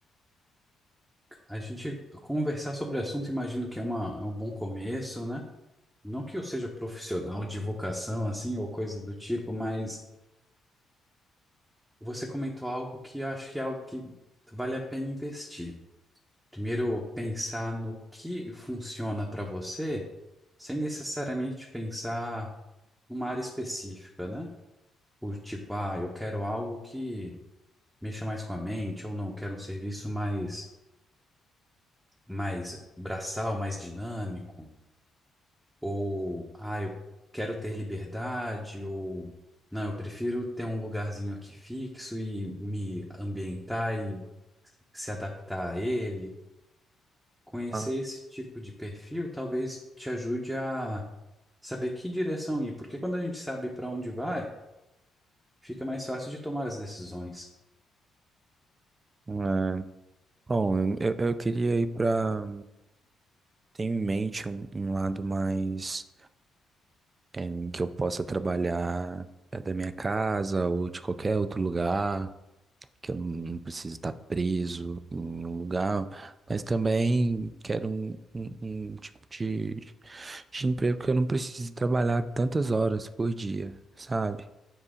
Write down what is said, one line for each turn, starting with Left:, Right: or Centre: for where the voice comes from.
Centre: A gente conversar sobre o assunto, imagino que é, uma, é um bom começo, né? Não que eu seja profissional de vocação, assim, ou coisa do tipo, mas você comentou algo que eu acho que é algo que vale a pena investir. Primeiro, pensar no que funciona para você, sem necessariamente pensar numa área específica, né? O tipo, ah, eu quero algo que mexa mais com a mente, ou não, eu quero um serviço mais, mais braçal, mais dinâmico. Ou, ah, eu quero ter liberdade, ou, não, eu prefiro ter um lugarzinho aqui fixo e me ambientar e se adaptar a ele. Conhecer
Right: Ah.
Centre: esse tipo de perfil talvez te ajude a saber que direção ir, porque quando a gente sabe para onde vai, fica mais fácil de tomar as decisões.
Right: É, Bom, eu, eu queria ir para. Tenho em mente um, um lado mais é, em que eu possa trabalhar é, da minha casa ou de qualquer outro lugar, que eu não, não preciso estar preso em um lugar, mas também quero um, um- um tipo de, de emprego que eu não precise trabalhar tantas horas por dia, sabe?